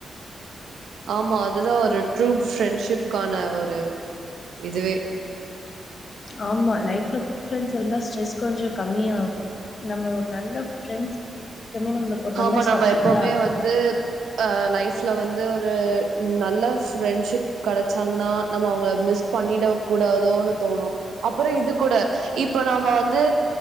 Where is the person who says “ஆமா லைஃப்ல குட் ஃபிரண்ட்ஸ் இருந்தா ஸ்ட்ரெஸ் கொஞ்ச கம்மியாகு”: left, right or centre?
Left